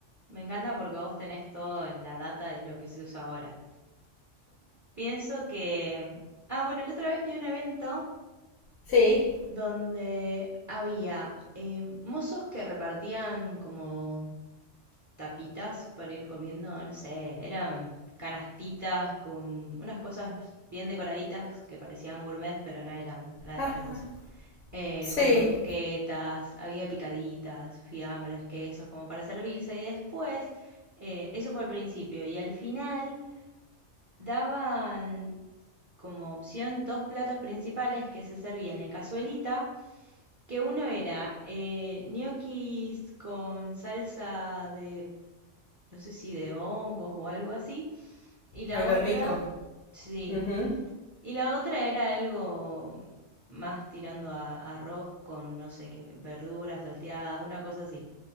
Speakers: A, on the right (about 25°); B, on the left (about 75°).
A: Me encanta porque vos tenés toda la data de lo que se usa ahora. Pienso que... Ah, bueno, la otra vez fui a un evento
B: Sí.
A: donde había eh, mozos que repartían como tapitas para ir comiendo, no sé, eran canastitas con unas cosas bien decoraditas que parecían gourmet, pero no eran la
B: Ah,
A: gran cosa. eh,
B: sí.
A: con brusquetas, había picaditas, fiambres, quesos, como para servirse. Y después, eh, eso fue al principio. Y al final daban como opción dos platos principales que se servían en cazuelita, que uno era eh, ñoquis con salsa de, no sé si de hongos o algo así, y la
B: Algo
A: otra,
B: rico.
A: sí,
B: Ujú,
A: y la otra era algo más tirando a arroz con, no sé qué, verdura salteada, una cosa así.